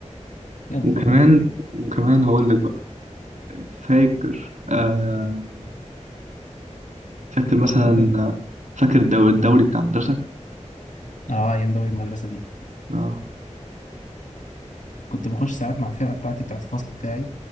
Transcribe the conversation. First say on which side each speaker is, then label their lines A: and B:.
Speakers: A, on the left; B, on the right.
A: يلا
B: وكمان
A: الحمد لله
B: وكمان هقول لك بقى فاكر آه فاكر مثلا
A: بقول لك
B: فاكر الدو- الدوري بتاع المدرسة
A: اه ايام دوري المدرسه دي
B: آه.
A: كنت بخش ساعات مع الفرقة بتاعتي بتاعت الفصل بتاعي